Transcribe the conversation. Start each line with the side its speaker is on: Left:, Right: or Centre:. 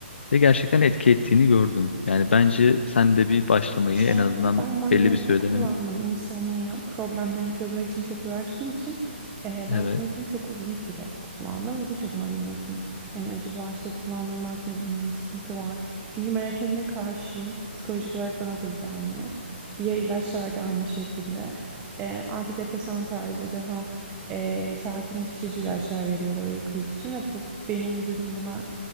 Left: Ve gerçekten etki ettiğini gördüm. Yani bence sen de bir başlamayı
Right: Şöyle
Left: en azından
Right: ben magnezyum
Left: belli bir süreden
Right: kullandım insomnia problemlerini çözmek için çok uğraştığım için eh, magnezyum
Left: evet
Right: çok uzun süre kullandım ve birçok magnezyum hani acaba işte kullandığım magnezyumda mı sıkıntı var? Çünkü melatonine karşıyım psikolojik olarak bana da iyi gelmiyor. Diğer ilaçlar da aynı şekilde Eh, antidepresan tarzı daha eh, sakinleştirici ilaçlar veriyorlar uyku için ve bu, benim vücudum buna